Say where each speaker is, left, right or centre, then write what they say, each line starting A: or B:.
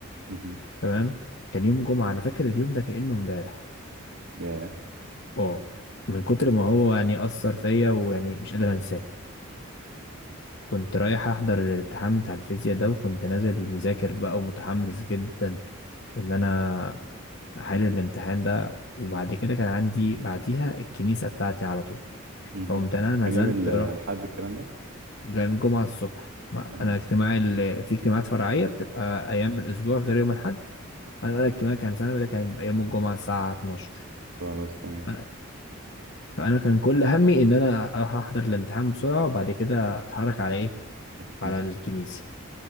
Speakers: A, on the right (about 75°); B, on the left (about 55°).
A: مهم.
B: تمام كان يوم جمعة انا فاكر اليوم ده كأنه امبارح
A: ياه
B: اه من كتر ما هو يعني أثر فيا ويعني مش قادر انساه كنت رايح احضر الامتحان بتاع الفيزياء ده وكنت نازل مذاكر بقى ومتحمس جدا ان انا حل الامتحان ده وبعد كده كان عندي بعديها الكنيسة بتاعتي على طول
A: مهم.
B: فقمت أنا نزلت
A: كان يوم ال-
B: رحت
A: الحد الكلام ده
B: كان الجمعة الصبح ما
A: تمام
B: أنا اجتماعي اللي في اجتماعات فرعية بتبقى أيام الأسبوع غير يوم الأحد فأنا الاجتماع كان سنة ده كان يبقى يوم الجمعة الساعة 12
A: خلاص تمام
B: فأنا, فأنا كان كل همي إن أنا أروح أحضر الامتحان بسرعة وبعد كده أتحرك على إيه
A: على الكنيسة
B: على الكنيسة